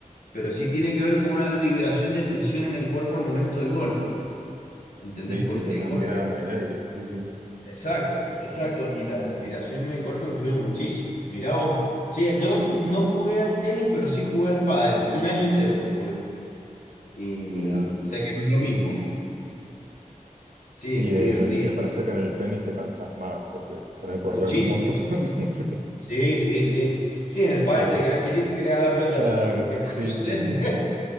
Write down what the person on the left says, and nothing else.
pero sí tiene que ver con una liberación de tensión en el cuerpo al momento del golpe. ¿Entendés?
Porque
el golpe.
Exacto, exacto. Y la respiración en el cuerpo influye muchísimo. Mirá vos. Sí, yo no jugué al tenis, pero sí jugué al pádel. Un un año entero jugué. Y
sé que no es lo mismo. Sí,
es
muy divertido.
Muchísimo.
Sí, sí, sí. Sí, en el pádel
te quedás quietito y que le haga la pelota
a ti, que rebote.
<laughs>